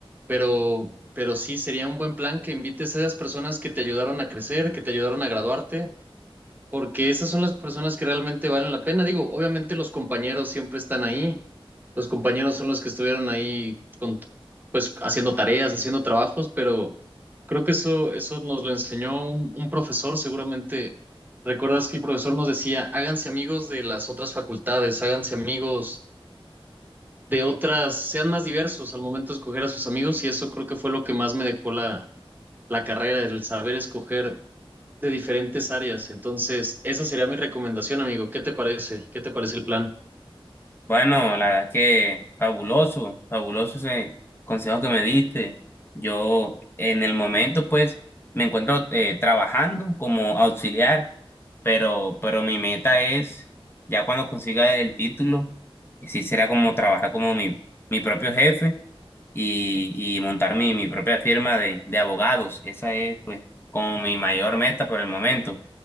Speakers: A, on the right (about 20°); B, on the left (about 25°).
A: pero, pero sí sería un buen plan que invites a esas personas que te ayudaron a crecer, que te ayudaron a graduarte porque esas son las personas que realmente valen la pena. Digo, obviamente los compañeros siempre están ahí. Los compañeros son los que estuvieron ahí con, pues haciendo tareas, haciendo trabajos, pero creo que eso, eso nos lo enseñó un, un profesor, seguramente. ¿Recuerdas que el profesor nos decía, háganse amigos de las otras facultades, háganse amigos de otras, sean más diversos al momento de escoger a sus amigos? Y eso creo que fue lo que más me dejó la, la carrera, el saber escoger de diferentes áreas. Entonces, esa sería mi recomendación, amigo. ¿Qué te parece? ¿Qué te parece el plan?
B: Bueno, la verdad que fabuloso, fabuloso ese consejo que me diste. Yo en el momento pues me encuentro eh, trabajando como auxiliar, pero, pero mi meta es, ya cuando consiga el título, que sí será como trabajar como mi, mi propio jefe y, y montar mi, mi propia firma de, de abogados. Esa es pues como mi mayor meta por el momento.